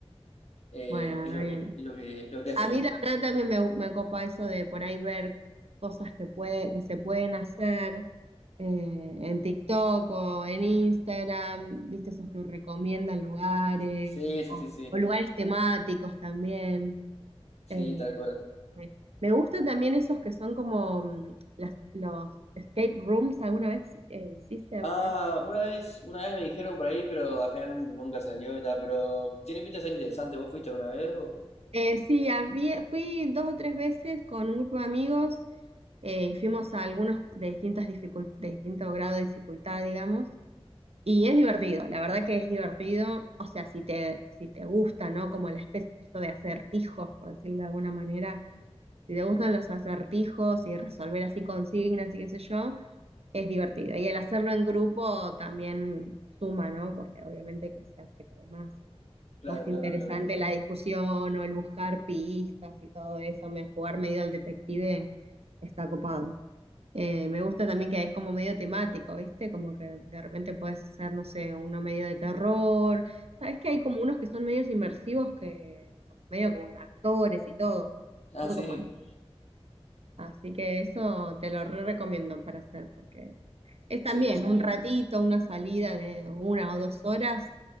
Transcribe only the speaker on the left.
eh,
es
lo
que, es lo que, es lo que hacemos.
Sí, sí,
sí, sí,
sí,
tal cual.
Ah,
una vez, una vez me dijeron por ahí, pero al final nun- nunca salió y tal, pero tiene pinta de ser interesante. ¿Vos fuiste alguna vez? o?
Claro,
claro, claro.
Ah,
sí,
sí,